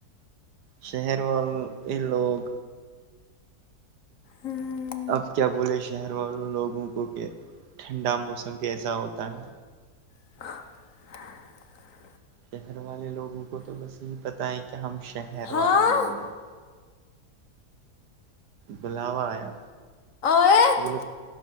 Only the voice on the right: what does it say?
شہر اور یہ لوگ
اب کیا بولے شہر والوں لوگوں کو کہ ٹھنڈا موسم کیسا ہوتا ہے
شہر والے لوگوں کو تو بس یہی پتہ ہے کہ ہم شہر
والے لوگ ہیں بلاوا آیا
اسکول